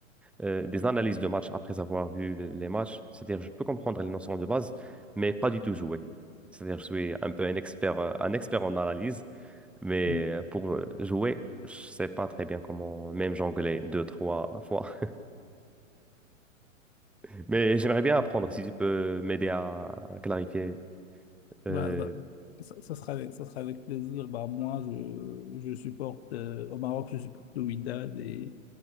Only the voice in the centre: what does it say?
euh, des analyses de matchs après avoir vu le- les matchs. C'est-à-dire, je peux comprendre les notions de base, mais pas du tout jouer. C'est-à-dire, je suis un peu un expert, euh, un expert en analyse, mais
euh, pour euh, jouer, je sais pas très bien comment même jongler deux, trois fois. <laughs> Mais j'aimerais bien apprendre si tu peux m'aider à, à clarifier. Euh,